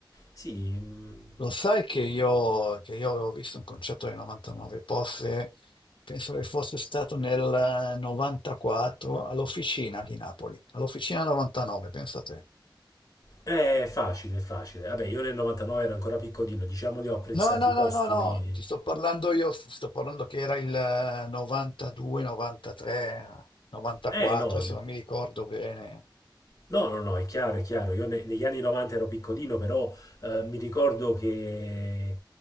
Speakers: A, on the left; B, on the left.
A: Sì, mh,
B: Lo sai che io, che io avevo visto un concerto dei 99 Posse, penso che fosse stato nel 94 all'Officina di Napoli, all'Officina 99, pensa te.
A: È facile, è facile. Vabbè, io nel 99 ero ancora piccolino, diciamo li ho apprezzati
B: No, no,
A: postumi.
B: no, no, no, ti sto parlando io, sto parlando che era il 92, 93, 94,
A: Eh no,
B: adesso
A: d-
B: non mi ricordo bene.
A: no, no, no, è chiaro, è chiaro. Io ne- negli anni 90 ero piccolino, però eh, mi ricordo che